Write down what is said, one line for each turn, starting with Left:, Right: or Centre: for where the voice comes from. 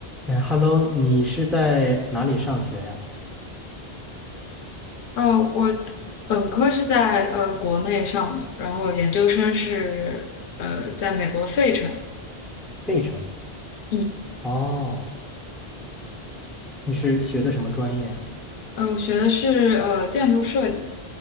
Centre: 哎，Hello，你是在哪里上学呀？
Left: 呃，我本科是在呃国内上的，然后研究生是呃在美国费城。
Centre: 费城，
Left: 嗯，
Centre: 哦，你是学的什么专业呀？
Left: 呃，我学的是呃建筑设计。